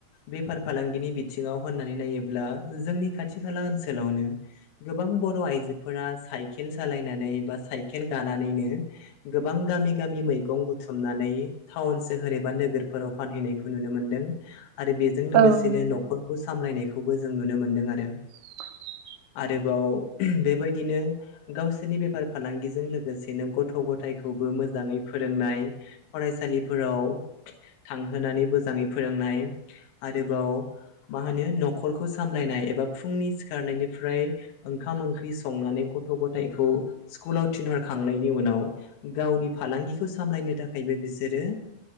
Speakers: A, on the left (about 70°); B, on the right (about 75°).
A: बेफार फालांगिनि बिथिङाव होननानै नायोब्ला जोंनि खाथि खाला ओनोलावनो गोबां बर' आइजोफोरा साइकेल सालायनानै बा साकेल गा गानानैनो गोबां गामि गामि मैंगं बुथुमनानै थाउन सोहोर एबा नोगोरफोराव फानहैनायखौ नुनो मोन्दों आरो बेजों
B: औ
A: लोगोसेनो
B: नंगौ
A: न'खरखौ सामलायनायखौबो जों नुनो मोनदों आरो।
B: <inaudible>
A: आरोबाव बेबायदिनो गावसोरनि बेफार फालांगिजों लोगोसेनो गथ' ग थायखौबो मोजाङै फोरोंनाय, फरायसालिफोराव थांहोनानै मोजाङै फो रोंनाय। आरोबाव मा होनो न'खरखौ सामलायनाय एबा फुंनि सिखारनायनिफ्राय ओंखाम ओंख्रि संनानै गथ' गथायखौ स्कुलाव थिनहरखां खांनायनि उनाव गावनि फालांगिखौ सामलायनो थाखायबो बिसोरो